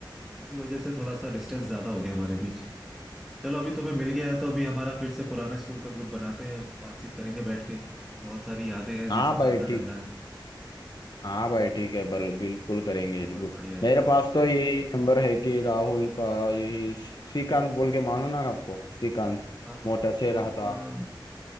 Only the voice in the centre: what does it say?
उसी वजह से थोड़ा सा डिस्टेंस ज्यादा हो गया हमारे बीच चलो अभी तुम्हें मिल गया है तो अभी हमारा फिर से पुराना स्कूल का ग्रुप बनाते हैं बातचीत करेंगे बैठ के बहुत सारी यादें हैं जिसे
ताजा करना
है
बहुत
बढ़िया यार
हाँ
श्रीकांत